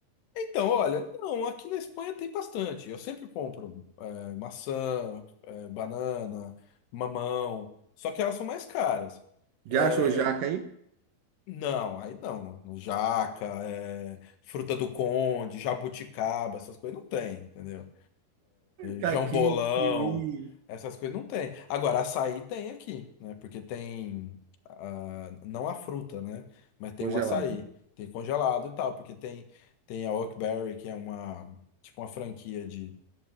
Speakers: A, on the left (about 80°); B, on the right (about 70°).
A: Então, olha, não, aqui na Espanha tem bastante. Eu sempre compro é, maçã, é, banana, mamão, só que elas são mais caras.
B: Já
A: É,
B: achou jaca aí?
A: não, aí não. Jaca, é, fruta do conde, jabuticaba, essas coisas não tem, entendeu?
B: Caqui,
A: João Bolão,
B: kiwi,
A: essas coisas não tem. Agora, açaí tem aqui, né? Porque tem ah, não a fruta, né? Mas tem
B: congelado.
A: o açaí, tem congelado e tal, porque tem tem a Oakberry, que é uma tipo uma franquia de,